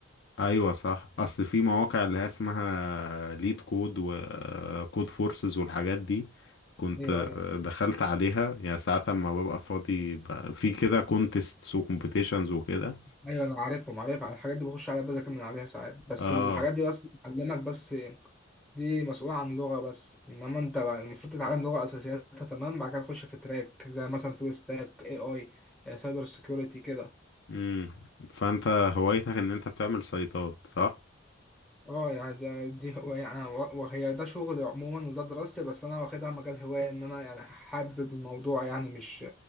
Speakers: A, on the left; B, in the centre.
A: ايوه صح اصل في مواقع اللي هي اسمها ليد كود وكود فورسز والحاجات دي كنت
B: ايوه ايوه
A: دخلت عليها يعني ساعات لما ببقى فاضي ب- في كده كونتيستس وكومبيتيشنز وكده
B: ايوه انا عارفهم عارف على الحاجات دي بخش عليها بذاكر من عليها ساعات بس
A: اه
B: الحاجات دي بس بتعلمك بس دي مسؤولة عن لغة بس انما انت بقى المفروض تتعلم لغة اساسياتها تمام بعد كده تخش في تراك زي مثلا فول ستاك اي اي سايبر سيكيورتي كده
A: امم فانت هوايتك ان انت بتعمل سايتات صح
B: اه يعني ده دي هو يعني و- وهي ده شغلي عموما وده دراستي بس انا واخدها مجال هواية ان انا يعني حابب الموضوع يعني مش